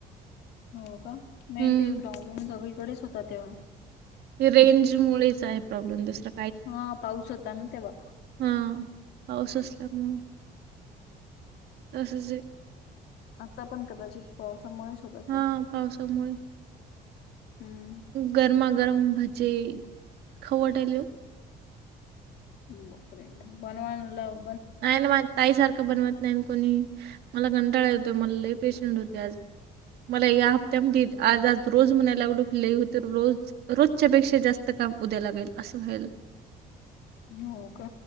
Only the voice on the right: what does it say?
हम्म
रेंज मुळेच आहे प्रॉब्लेम दुसरा
हा, पाऊस असल्यामुळे तसच
हां पावसामुळे?
गरमा गरम भजे, खाऊ वाटालंय ओ.
नाही ना माझ ताईसारखं बनवत नाही ना कोणी, मला कंटाळा येतो मला लय पेशंट होते आज. मला या हप्त्यामध्ये आज आज रोज म्हणायला लागलो की लई होते रोज रोजच्यापेक्षा जास्त काम उद्या लागेल, असं व्हायला